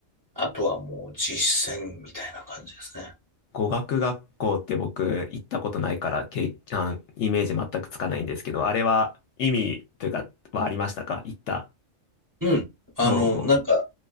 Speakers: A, on the right (about 15°); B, on the left (about 65°).
A: あとはもう実践みたいな感じですね。
B: 語学学校って僕行ったことないから、け、あ、イメージ全くつかないんですけど、あれは意味というか、はありましたか行った。
A: うん。あの、
B: おう
A: なんか、